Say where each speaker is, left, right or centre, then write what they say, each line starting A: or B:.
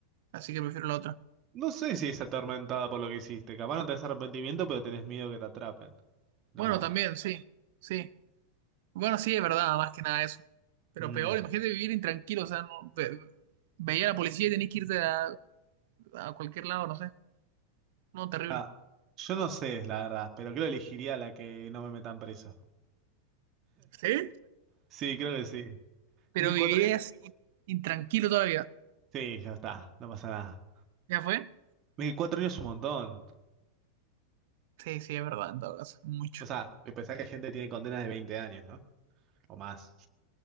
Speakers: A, on the right (about 50°); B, on the right (about 35°).
A: Así que prefiero la otra.
B: No sé si es atormentada por lo que hiciste. Capaz no tenés arrepentimiento, pero tenés miedo que te atrapen. No
A: Bueno,
B: más.
A: también, sí, sí. Bueno, sí, es verdad, más que nada eso. Pero
B: Mm.
A: peor, imagínate vivir intranquilo, o sea, no, ve- veía a la policía y tenías que irte a, a cualquier lado, no sé. No, terrible.
B: Nada. Yo no sé, la verdad, pero creo que elegiría la que no me metan preso.
A: ¿Sí?
B: Sí, creo que sí.
A: Pero
B: Es que
A: vivirías
B: cuatro años...
A: intranquilo toda la vida.
B: Sí, ya está, no pasa nada.
A: ¿Ya fue?
B: Es que cuatro años es un montón.
A: Sí, sí, es verdad, en todo caso, mucho.
B: O sea, pensar que gente tiene condenas de 20 años, ¿no? O más.